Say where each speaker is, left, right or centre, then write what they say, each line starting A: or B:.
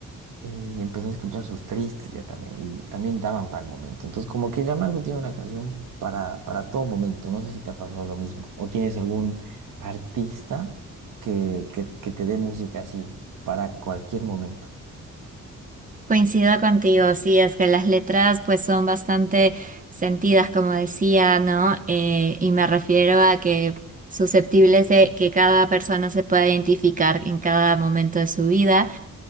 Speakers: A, on the right; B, on the right.
A: Y empecé a escuchar sus tristes ya también, y también daban para el momento. Entonces, como que ya Marco tiene una canción para, para todo momento. No sé si te ha pasado lo mismo. O tienes algún artista que, que, que te dé música así para cualquier momento.
B: Coincido contigo, sí, es que las letras pues son bastante sentidas, como decía, ¿no? Eh, y me refiero a que susceptibles de que cada persona se pueda identificar en cada momento de su vida.